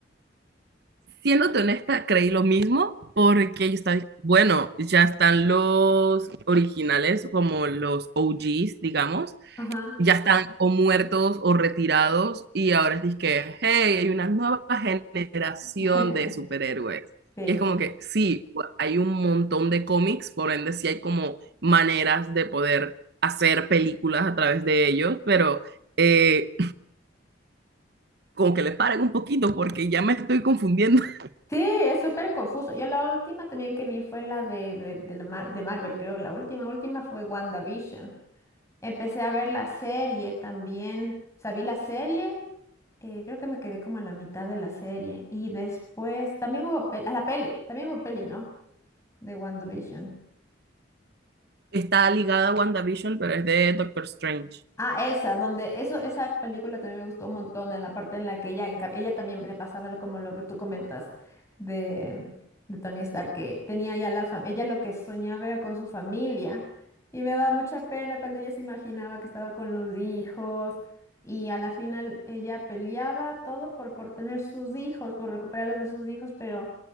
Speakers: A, on the right; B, on the left.
A: Siéndote honesta, creí lo mismo porque yo estaba, bueno, ya están los originales, como los OGs, digamos,
B: Ajá.
A: ya están o muertos o retirados y ahora es que, hey, hay una nueva generación
B: <laughs>
A: de superhéroes.
B: Sí.
A: Y es como que sí, pues, hay un montón de cómics, por ende sí hay como maneras de poder hacer películas a través de ellos, pero eh, como que le paren un poquito porque ya me estoy confundiendo. <laughs>
B: Sí, es súper confuso. Yo la última también que vi fue la de, de, de la Mar- de Marvel, creo. La última, última fue WandaVision. Empecé a ver la serie también. O sea, vi la serie, eh, creo que me quedé como a la mitad de la serie. Y después también hubo peli, a la peli, también hubo peli, ¿no? De WandaVision.
A: Está ligada a WandaVision, pero es de Doctor Strange.
B: Ah, esa, donde eso, esa película también me gustó un montón, en la parte en la que ella, en cam- ella también le pasaba lo- como lo que tú comentas de, de Tony Stark, que tenía ya la familia, ella lo que soñaba era con su familia, y me daba mucha pena cuando ella se imaginaba que estaba con los hijos, y a la final ella peleaba todo por, por tener sus hijos, por recuperarlos a sus hijos, pero,